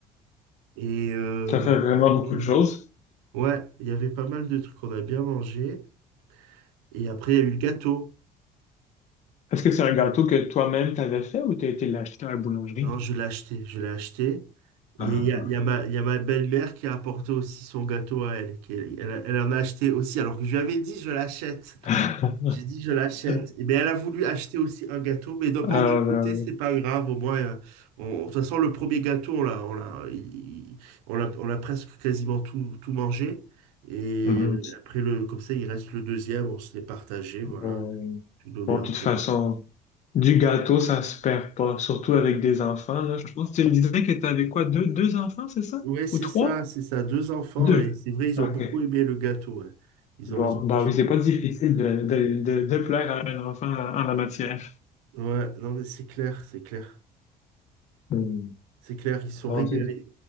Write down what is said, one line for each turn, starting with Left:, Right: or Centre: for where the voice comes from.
Right: Et, euh,
Left: ça fait vraiment beaucoup
Right: et-
Left: de choses.
Right: ouais, il y avait pas mal de trucs qu'on a bien mangé. Et après, il y a eu le gâteau.
Left: Est-ce que c'est un gâteau que toi-même t'avais fait ou t'as été l'acheter à la boulangerie?
Right: Non, je l'ai acheté, je l'ai acheté. Et
Left: Ah,
Right: il y a, il y a ma, il y a ma belle-mère qui a apporté aussi son gâteau à elle. qui- elle, elle en a acheté aussi, alors que je lui avais dit, je l'achète.
Left: ah.
Right: J'ai dit, je l'achète.
Left: <laughs>
Right: Et bien, elle a voulu acheter aussi un gâteau, mais d'un- bon,
Left: Ah,
Right: d'un côté,
Left: ben oui.
Right: c'est pas grave. Au moins, euh, on- de toute façon, le premier gâteau, on l'a, on l'a, il- il- on l'a, on l'a presque quasiment tout, tout mangé. Et
Left: Mhm.
Right: après, le, comme ça, il reste le deuxième, on se l'est partagé, voilà.
Left: Bon,
Right: Je lui donnais
Left: Bon,
Right: un
Left: de toute
Right: peu.
Left: façon. Du gâteau, ça se perd pas, surtout avec des enfants, là. Je pense que tu me disais que tu avais quoi, deux, deux enfants, c'est ça?
Right: Ouais, c'est
Left: Ou trois?
Right: ça, c'est ça. Deux enfants,
Left: Deux.
Right: et c'est vrai, ils
Left: OK.
Right: ont beaucoup aimé le gâteau. ouais. Ils
Left: Bon,
Right: ont, ils ont
Left: bah
Right: kiffé.
Left: oui, c'est pas difficile de, de, de, de plaire à un enfant en la matière.
Right: Ouais, non, mais c'est clair, c'est clair.
Left: Hmm.
Right: C'est clair, ils se sont
Left: Bon,
Right: régalés.
Left: c'est...